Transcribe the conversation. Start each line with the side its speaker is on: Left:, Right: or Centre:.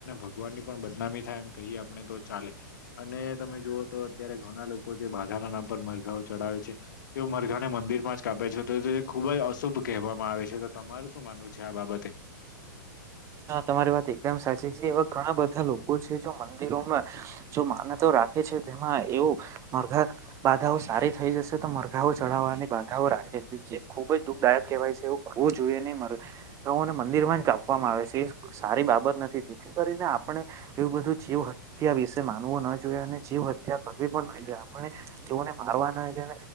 Left: ભગવાન ની પણ બદનામી થાય એમ કહીએ આપણે તો ચાલે અને તમે જુઓ તો અત્યારે ઘણા લોકો જે બાધાના નામ પર મરઘાઓ ચડાવે છે તે મરઘાને મંદિર માસ કાપે છે તો તે ખુબ જ અશુભ કહેવામાં આવે છે તો તમાર શું માનવું છે આ બાબતે
Right: હ તમારી વાત એકદમ સાચી છે એવા ઘણા બધા લોકો લોકો છે મંદિરોમાં માનતા રાખે છે તેમાં મરઘા બાધા સારી થઈ જશે તો મરઘાઓ ચડાવવા અને બાધાઓ રાખે ખુબ જ દુઃખદાયક કહેવાય છે એવું હોવું જોઈએ નહી ન મરઘાં તેઓ ને મંદિર મા કાપ આપવામાં આવે છે એ સારી બાબત નથી જેથી કરીને આપણે એવું બધું જીવ હત્યા વિશે માનવું ના જોઈએ અને જીવ હત્યા કરવી પણ ન જોઈએ આપને જેઓને મારવા નાઈએ